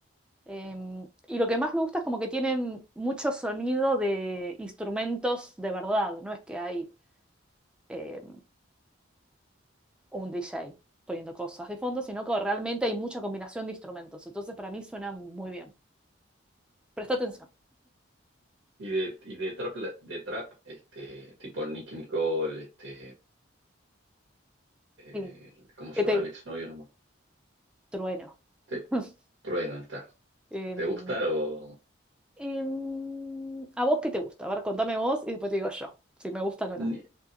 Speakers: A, in the centre; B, on the right.
A: eh, y lo que más me gusta es como que tienen mucho sonido de instrumentos de verdad, no es que hay... eh, un DJ poniendo cosas de fondo, sino que realmente hay mucha combinación de instrumentos. Entonces, para mí suena muy bien. Presta atención.
B: Y de, y de trap, la- de trap, este, tipo Nicki Nicole, este, eh,
A: Sí,
B: ¿cómo se
A: que
B: llama
A: te
B: el exnovio nomás?
A: trueno.
B: Este,
A: <laughs>
B: Trueno está.
A: Em,
B: ¿Te gusta o...?
A: em, ¿a vos qué te gusta? A ver, contame vos y después te digo yo, si me gustan o
B: Ni-
A: no.